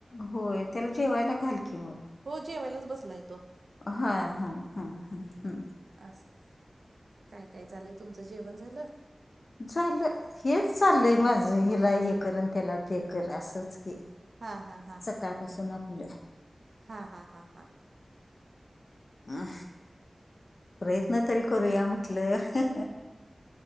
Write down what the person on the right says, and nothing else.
हो जेवायलाच बसलाय तो.
असं असं काय काय चाललंय तुमचं जेवण झालं.
हा हा
हा हा हा हा.